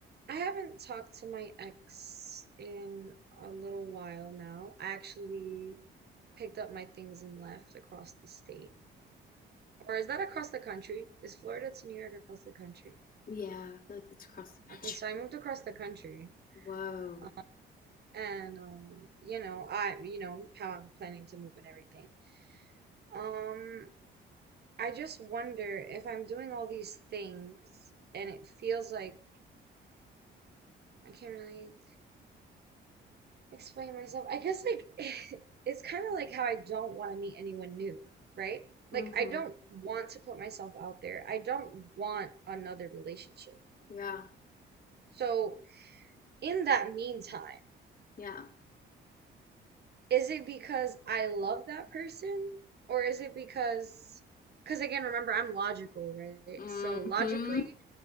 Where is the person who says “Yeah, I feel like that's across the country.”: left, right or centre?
Left